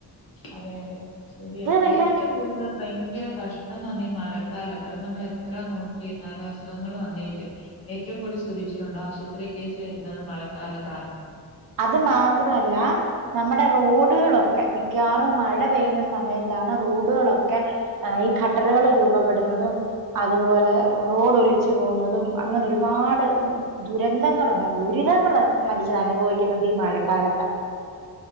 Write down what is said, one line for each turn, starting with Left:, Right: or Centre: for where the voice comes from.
Left: അതെ അതെ ശരിയാ
Right: പിന്നെ
Left: ഏറ്റവും കുടുതല് ഭയങ്കര കഷ്ട ഇന്ന് പറഞ്ഞഈ മഴക്കാലത്ത് അത് നമ്മൾ എത്ര നോക്കിയിരുന്നാലും അസുഖങ്ങൾ വന്നിരിക്കും ഏറ്റവും കൂടുതൽ ശ്രദ്ധിച്ചിട്ടുണ്ട് ആശുപത്രി കേസ് വരുന്നത് മഴക്കാലത്താണ്
Right: അത് മാത്രല്ല നമ്മുടെ റോഡുകളൊക്കെ മിക്കവാറും മഴ പെയ്യുന്ന സമയത്താണ് റോഡുകളൊക്കെ ഈ ഖട്ടറുകൾ രൂപപ്പെടുന്നതും അതുപോലെ റോഡ ഒലിച്ചു പോകുന്നതും അങ്ങനെ ഒരുപാട് ദുരന്തങ്ങളുണ്ട് ദുരിതങ്ങൾ മരിച്ചത് അനുഭവിക്ക ക്കുന്നത് ഈ മഴക്കാലത്ത